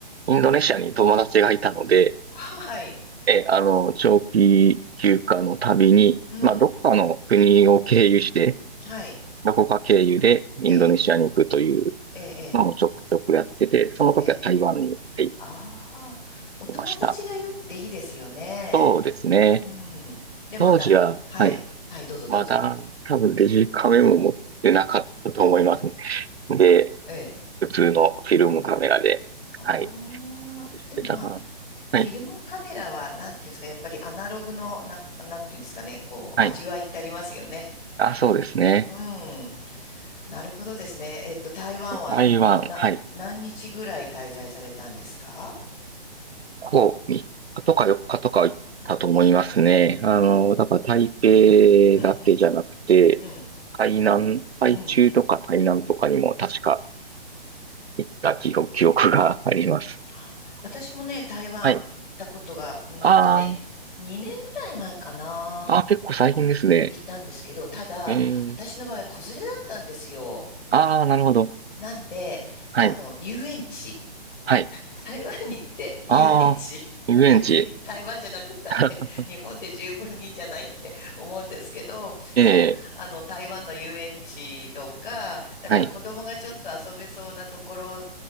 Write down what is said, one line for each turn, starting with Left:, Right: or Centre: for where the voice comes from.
Right: インドネシアに友達がいたので、
Left: はい。
Right: え、あの、長期休暇の旅に、
Left: うん。
Right: まあ、どっかの国を経由して、
Left: はい。
Right: どこか経由でインドネシアに行くという
Left: ええ、ええ、
Right: のをちょくちょくやってて、その時は台湾に、
Left: ええ。ええ
Right: はい、
Left: ああ、お友達がいるっていいですよね。
Right: いました。そうですね。
Left: うん。で、また、
Right: 当時は、
Left: はい。
Right: はい。
Left: はい、どうぞどうぞ。
Right: まだ、多分デジカメも持ってなかったと思いますね。で、
Left: ええ。
Right: 普通のフィルムカメラで、
Left: うん。ああ、
Right: はい。隠してたかな。
Left: でもまあ、フィルムカメラは、
Right: はい。
Left: なんていうんですか、やっぱりアナログの、な、なんていうんですかね、こう、
Right: はい。
Left: 味わいってありますよね。
Right: あ、そうですね。
Left: うん。なるほどですね。えっと、台湾はどの、
Right: 台湾、
Left: な、
Right: はい。
Left: 何日ぐらい滞在されたんですか
Right: こう、3日とか4日とか行ったと思いますね。
Left: うーん。
Right: あの、だから台北だけじゃなくて、
Left: うん、うん、うん、
Right: 台南、台中とか台南とかにも確か
Left: うん。
Right: 行った記憶、記憶があります。
Left: あ私もね、台湾行ったことが、
Right: はい。
Left: うーんとね、
Right: あー
Left: 2年ぐらい前かな。
Right: あー、結構最近ですね。
Left: 行ったんですけど、ただ、
Right: えー
Left: 私の場合は子連れだったんですよ。
Right: ああ、なるほど。
Left: なんで、
Right: はい。
Left: あの、遊園地。
Right: はい。
Left: 台湾に行って遊園地、
Right: ああ、遊園地。
Left: <laughs> 別に台湾じゃなくったって日本で十分いいんじゃないって思うんですけど、
Right: <laughs> ええ、
Left: そう、あの台湾の遊園地とか、だから子供がちょっと遊べそうなところ
Right: はい。